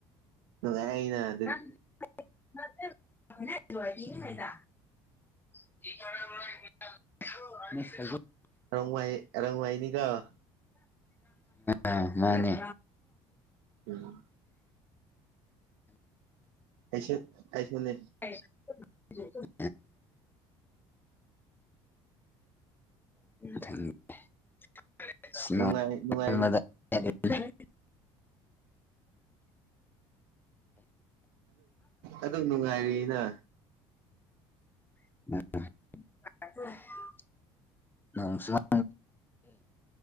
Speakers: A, on the right; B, on the left.
A: ꯅꯨꯡ ꯉꯥꯏꯅ
B: <inaudible> <inaudible>
A: <unintelligible> ꯅꯤꯀꯣ
B: ꯎꯝ ꯃꯥꯅꯦ꯫
A: ꯎꯝ ꯑꯩꯁꯨ ꯑꯩꯁꯨꯅꯦ꯫
B: <inaudible> <unintelligible>
A: ꯅꯨꯡꯉꯥꯏ ꯅꯨꯡꯉꯥꯏꯔꯤ <inaudible> ꯑꯗꯨꯝ ꯅꯨꯡꯉꯥꯏꯔꯤꯅ?
B: <inaudible>